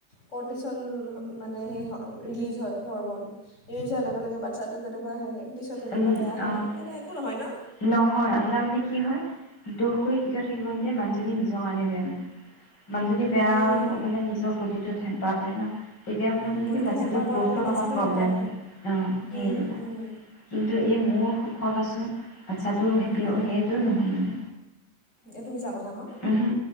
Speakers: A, on the left (about 45°); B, on the left (about 75°).
A: কৰৰ্টিচল মানে সেই হয় ৰিলিজ হয় হৰমন। ৰিলিজ হোৱাৰ লগে লগে বাচ্ছাটো তেনেকুৱা হে পিছত তেনেকুৱা
B: উম
A: বেয়া হয়।
B: অ নহয়
A: এটা একো ন
B: আপোনাৰ মানে কি কি হয় দোষ কৰি কেতিয়াও থাকিব নিদিয়ে মানুহজনী নিজৰ কাৰণে বেয়া মানে। ইমান যদি বেয়া
A: উম,
B: মানে নিজৰ বডিটোত হেম্পাহৰ পৰে ন? তেতিয়াৰ ফালে
A: উম,
B: মানে
A: বডিটোত
B: কি বাচ্ছাটো
A: হেম্পাৰ পৰাৰ
B: গ্ৰোথত
A: লগে লগে বাচ্ছাটো
B: অকণ প্ৰব্লেম
A: হেম্পাৰ
B: হয়। অ সেইটো
A: উম,
B: কাৰণ।
A: উম,
B: কিন্তু এই মোৰ সুখত আছো বাচ্ছাটো হেপ্পী
A: উম,
B: আৰু সেইটো নহয় নি
A: এইটো মিছা কথা ন
B: ওহো